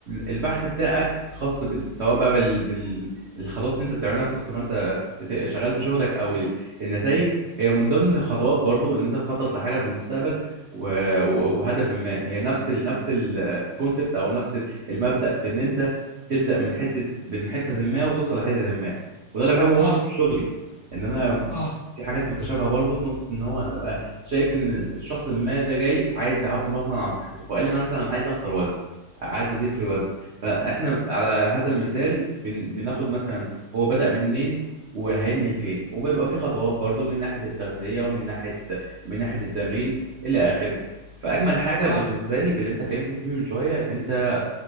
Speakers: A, on the right; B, on the left.
A: البحث بتاعك خاص بال... سواء بقى بال... بال... الخطوات اللي انت بتعملها في وسط ما انت بت- شغال في شغلك او ال- النتائج هي من ضمن خطوات برضو ان انت تخطط لحاجه في المستقبل و... و- وهدف ما هي نفس ال... نفس الكونسبت او نفس ال- المبدأ في ان انت تبدأ من حته من حته ما وتوصل لحته ما وده اللي بحبه برضو
B: اه
A: في شغلي ان انا
B: اه
A: في حاجات متشابهه برضو في نقطه ان هو انا أبقى شايف ان الشخص ما ده جاي عايز يحافظ مثلا على صحته فقال لي انا مثلا عايز اخسر وزن عايز ازيد في الوزن فاحنا على هذا المثال بن... بناخد مثلا هو بدأ منين وهينهي لفين وبيبقى في خطوات برضو من ناحية التغذية ومن ناحية من ناحية التمرين إلى آخره فأجمل حاجة
B: اه
A: بالنسبة لي في اللي أنت اتكلمت فيه من شوية إن أنت